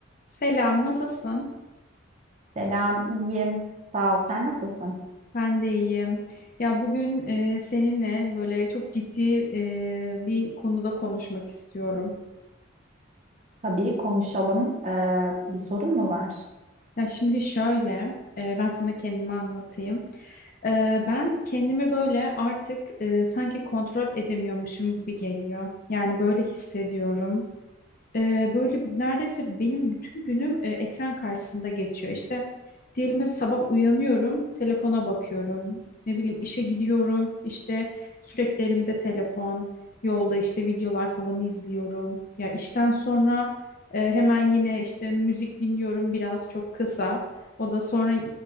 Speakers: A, on the left; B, on the right.
A: Selam, nasılsın?
B: Selam, iyiyim. Sağ ol. Sen nasılsın?
A: Ben de iyiyim. Ya bugün e, seninle böyle çok ciddi e, bir konuda konuşmak istiyorum.
B: Tabii konuşalım. Ee, bir sorun mu var?
A: Ya şimdi şöyle, e, ben sana kendimi anlatayım. E, ben kendimi böyle artık e, sanki kontrol edemiyormuşum gibi geliyor. Yani böyle hissediyorum. Ee, böyle neredeyse benim bütün günüm e, ekran karşısında geçiyor. İşte diyelim mesela sabah uyanıyorum, telefona bakıyorum. Ne bileyim işe gidiyorum, işte sürekli elimde telefon, yolda işte videolar falan izliyorum. Ya işten sonra e, hemen yine işte müzik dinliyorum biraz çok kısa. O da sonra